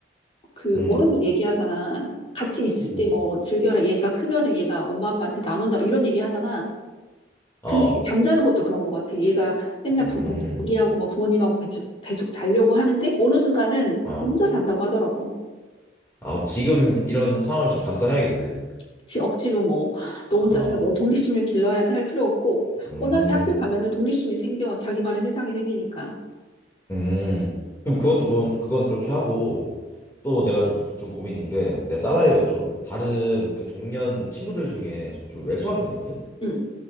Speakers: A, on the left; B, on the left.
A: 그
B: 음,
A: 어른들 얘기하잖아. 같이 있을
B: 음,
A: 때 뭐 즐겨라. 얘가 크면은 얘가 엄마 아빠한테 나눈다. 막 이런 얘기 하잖아.
B: 어,
A: 근데 이게 잠자는 것도 그런 것 같아. 얘가 맨날
B: 음,
A: 부, 부- 무리하고 막 부모님하고 계속, 계속 자려고 하는데 어느 순간은
B: 어.
A: 혼자 잔다고 하더라고.
B: 아, 그럼 지금 이런 상황을 좀 감수해야겠네.
A: 그치, 억지로 뭐 너 혼자
B: 아,
A: 사, 너 독립심을 길러야 돼 할 필요 없고
B: 음,
A: 워낙에 학교 가면은 독립심이 생겨. 자기만의 세상이 생기니까.
B: 음. 그럼 그것도, 그건, 그건 그렇게 하고, 또 내가 좀, 좀 고민인 게, 내 딸아이가 좀 다른 그 동년 친구들 중에 좀, 좀 왜소한 편이거든?
A: 응,